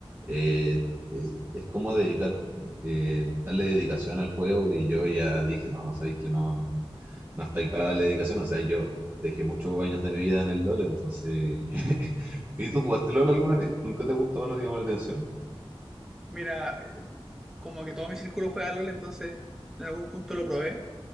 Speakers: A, on the right (about 20°); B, in the centre.
A: eh, es, es como dedicar, eh, darle dedicación al juego, y yo ya dije, no, sabéis que no, no estáis para darle dedicación, o sea, yo dejé muchos años de mi vida en el LOL, entonces... <laughs> ¿Y tú jugaste LOL alguna vez? ¿Nunca te gustó? ¿No te llamó la atención?
B: Mira, eh, como que todo mi círculo juega LOL, entonces en algún punto lo probé